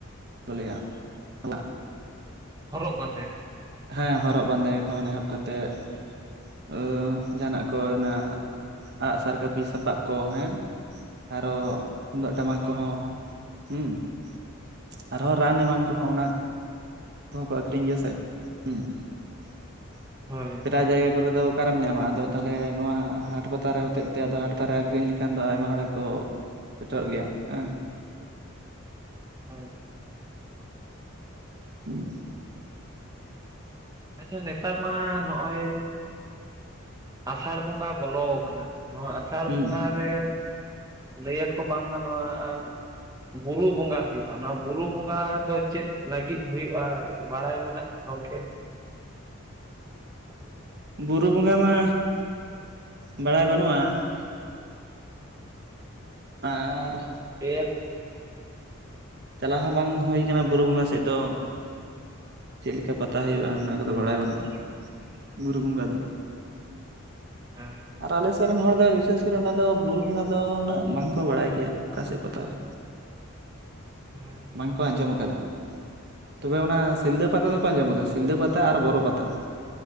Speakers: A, on the right (about 50°); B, on the right (about 20°).
A: ᱠᱚ ᱞᱟᱹᱭᱟ ᱚᱱᱟ?
B: ᱦᱚᱨᱚᱜ ᱵᱟᱸᱫᱮ ᱾
A: ᱦᱮᱸ ᱦᱚᱨᱚᱜ ᱵᱟᱸᱫᱮ ᱠᱷᱚᱱ ᱮᱦᱚᱵ ᱠᱟᱛᱮᱫ ᱾ ᱳᱻ ᱡᱟᱦᱟᱱᱟᱜ ᱠᱚ ᱚᱱᱟ ᱟᱸᱜᱼᱥᱟᱨ ᱠᱟᱹᱯᱤ ᱥᱟᱯᱟᱵ ᱠᱚ ᱦᱮᱸ ᱾ ᱟᱨᱚ ᱼᱼ ᱛᱩᱢᱫᱟᱜ ᱴᱟᱢᱟᱠ
B: ᱦᱳᱭ
A: ᱠᱚᱦᱚᱸ ᱦᱩᱸ ᱾ ᱟᱨᱦᱚᱸ ᱨᱟᱱ ᱮᱢᱟᱱ ᱠᱚᱦᱚᱸ ᱚᱱᱟ ᱾ ᱠᱚᱦᱚ ᱠᱚ ᱟᱠᱷᱨᱤᱧ ᱜᱮᱭᱟ ᱥᱮ ᱦᱩᱸ ᱾
B: ᱦᱳᱭ
A: ᱯᱨᱟᱭ ᱡᱟᱭᱜᱟ ᱠᱚᱨᱮ ᱫᱚ ᱼᱼ ᱚᱠᱟ ᱨᱮᱢ ᱧᱟᱢᱟ? ᱟᱫᱚ ᱛᱟᱦᱚᱞᱮ ᱱᱚᱣᱟ ᱦᱟᱴ ᱯᱟᱛᱟ ᱨᱮ ᱦᱚᱛᱮᱡ ᱛᱮ, ᱟᱫᱚ ᱦᱟᱴ ᱯᱟᱛᱟ ᱨᱮ ᱟᱹᱠᱷᱨᱤᱧ ᱞᱮᱠᱷᱟᱱ ᱫᱚ ᱟᱭᱢᱟ ᱦᱚᱲ ᱜᱮ ᱠᱚ ᱼᱼ ᱥᱮᱴᱮᱨᱚᱜ ᱜᱮᱭᱟ ᱦᱮᱸ ᱾
B: ᱦᱳᱭ ᱾
A: <unintelligible>
B: ᱟᱪᱪᱷᱟ ᱱᱮᱛᱟᱨ ᱢᱟ ᱱᱚᱜᱼᱚᱭ ᱼᱼ ᱟᱥᱟᱲ ᱵᱚᱸᱜᱟ ᱵᱚᱞᱚᱣ ᱠᱟᱱᱟ ᱾ ᱱᱚᱣᱟ ᱟᱥᱟᱲ
A: ᱦᱩᱸ
B: ᱵᱚᱸᱜᱟ ᱨᱮ ᱼᱼ ᱞᱟᱹ ᱟᱠᱚ ᱵᱟᱝᱢᱟ ᱱᱚᱣᱟ ᱼᱼ ᱵᱩᱨᱩ ᱵᱚᱸᱜᱟ ᱦᱩᱭᱩᱜᱼᱟ ᱾ ᱱᱚᱣᱟ ᱵᱩᱨᱩ ᱵᱚᱸᱜᱟ ᱫᱚ ᱪᱮᱫ ᱞᱟᱹᱜᱤᱫ ᱦᱩᱭᱩᱜᱼᱟ ᱵᱟᱲᱟᱭ ᱢᱮᱱᱟᱜ ᱼᱼ ᱜᱚᱝᱠᱮᱼᱼ
A: ᱵᱩᱨᱩ ᱵᱚᱸᱜᱟ ᱢᱟ, ᱵᱟᱲᱟᱭ ᱵᱟᱹᱱᱩᱜᱼᱟ ᱾ ᱟᱻᱨ ᱼᱼ
B: <unintelligible>
A: ᱪᱟᱞᱟᱣ ᱦᱚᱸ ᱵᱟᱝ ᱦᱩᱭ ᱠᱟᱱᱟ ᱵᱩᱨᱩ ᱵᱚᱸᱜᱟ ᱥᱮᱫ ᱫᱚ ᱾ ᱪᱮᱫ ᱞᱮᱠᱟ ᱯᱟᱛᱟ ᱦᱩᱭᱩᱜᱼᱟ? ᱚᱱᱟ ᱠᱚ ᱫᱚ ᱵᱟᱲᱟᱭ ᱵᱟᱹᱱᱩᱜᱼᱟ ᱾ ᱵᱩᱨᱩ ᱵᱚᱸᱜᱟ ᱫᱚ ᱾
B: <unintelligible>
A: ᱟᱨ ᱟᱞᱮ ᱥᱮᱫ ᱨᱮᱱ ᱦᱚᱲ ᱫᱚ ᱵᱤᱥᱮᱥ ᱠᱚᱨᱮ ᱚᱱᱟ ᱫᱚ ᱵᱩᱨᱩ ᱵᱚᱸᱜᱟ ᱫᱚ ᱩᱱᱟᱹᱜ ᱵᱟᱝᱠᱚ ᱵᱟᱲᱟᱭ ᱜᱮᱭᱟ ᱾ ᱚᱠᱟ ᱥᱮᱫ ᱯᱟᱛᱟ ᱨᱮ
B: ᱦᱳᱭ ᱾
A: ᱵᱟᱝ ᱠᱚ ᱟᱸᱡᱚᱢ ᱟᱠᱟᱫᱟ ᱾ ᱛᱚᱵᱮ ᱚᱱᱟ ᱥᱤᱞᱫᱟᱹ ᱯᱟᱛᱟ ᱫᱚ ᱠᱚ ᱟᱸᱡᱚᱢ ᱠᱟᱫᱟ ᱾ ᱥᱤᱞᱫᱟᱹ ᱯᱟᱛᱟ ᱟᱨ ᱵᱚᱨᱚ ᱯᱟᱛᱟ